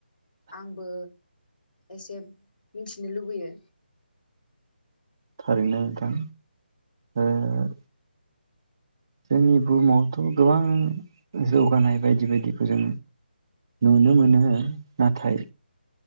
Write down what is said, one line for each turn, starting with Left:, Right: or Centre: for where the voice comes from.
Left: आंबो एसे मिथिनो लुबैयो।
Right: थारैनो नोंथां ओ जोंनि बुहुमावथ' गोबां जौगानाय बायदि बायदिखौ जों नुनो मोनो नाथाय